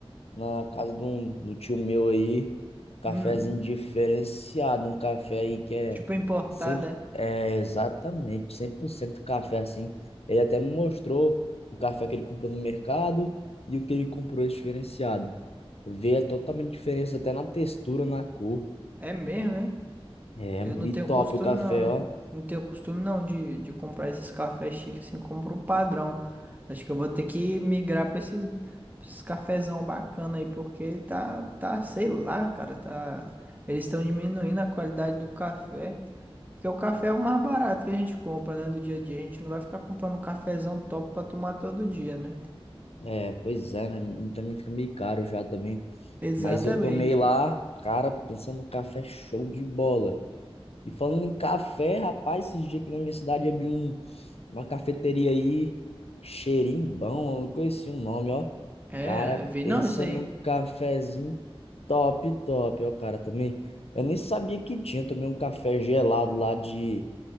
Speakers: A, on the left; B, on the right.
A: na casa de um, do tio meu aí, cafezinho
B: Hum.
A: diferenciado, um café aí que é,
B: Tipo é importada.
A: sempre, é exatamente 100% café assim. Ele até me mostrou o café que ele comprou no mercado e o que ele comprou esse diferenciado. Vê a totalmente diferença até na textura, na cor.
B: É mesmo, né?
A: É,
B: Eu
A: e
B: não tenho
A: top
B: costume,
A: o café,
B: não.
A: ó.
B: Não tenho costume, não, de, de comprar esses cafés chiques assim, compro o padrão. Acho que eu vou ter que migrar pra esses, pra esses cafezão bacana aí, porque tá, tá, sei lá, cara, tá... Eles estão diminuindo a qualidade do café. Porque o café é o mais barato que a gente compra, né, do dia a dia. A gente não vai ficar comprando cafezão top pra tomar todo dia, né?
A: É, pois é, né? E Também fica meio caro já também.
B: Exatamente.
A: Mas eu tomei lá, cara, pensando no café show de bola. E falando em café, rapaz, esses dias aqui na minha cidade abriu um- uma cafeteria aí, Xerimbão, eu não conheci o nome, ó.
B: É,
A: Cara,
B: eu vi
A: pensa
B: não isso aí.
A: num cafezinho top, top, ó, cara, também. Eu nem sabia que tinha, eu tomei um café gelado lá de,